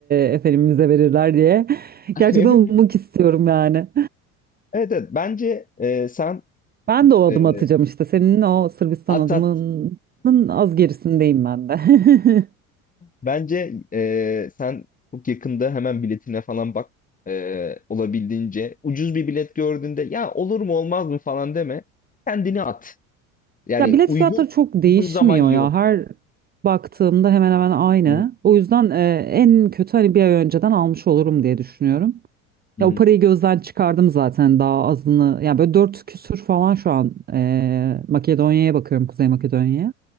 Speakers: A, on the right (about 20°); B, on the left (about 20°).
A: e, efendim vize verirler diye <laughs>
B: <laughs>
A: gerçekten ummak istiyorum yani.
B: Evet evet bence e, sen
A: Ben de o adımı
B: e,
A: atacağım işte senin o Sırbistan
B: at
A: adımının az gerisindeyim ben de. <laughs>
B: Bence eee, sen çok yakında hemen biletine falan bak. Eee, olabildiğince ucuz bir bilet gördüğünde ya olur mu olmaz mı falan deme. Kendini at. Yani
A: Ya bilet
B: uygun
A: fiyatları çok değişmiyor
B: uygun zaman yok.
A: ya her baktığımda hemen hemen aynı.
B: Hı
A: O yüzden e, en kötü hani bir ay önceden almış olurum diye düşünüyorum.
B: hı
A: Ya o parayı gözden çıkardım zaten daha azını. Yani böyle dört küsür falan şu an eee, Makedonya'ya bakıyorum Kuzey Makedonya'ya.